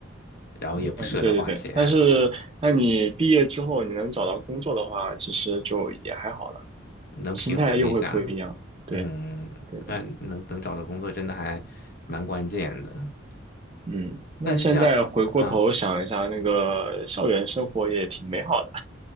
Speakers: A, on the left; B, on the right.
A: 然后也不舍得花钱，
B: 嗯，对对对，但是那你毕业之后你能找到工作的话，其实就也还好了，
A: 能平衡一下。
B: 心态又会不一样。对
A: 嗯，
B: 对对，
A: 嗯，能能找到工作真的还蛮关键的，
B: 嗯，那现在回过头想一下，
A: 但是像啊。
B: 那个校园生活也挺美好的。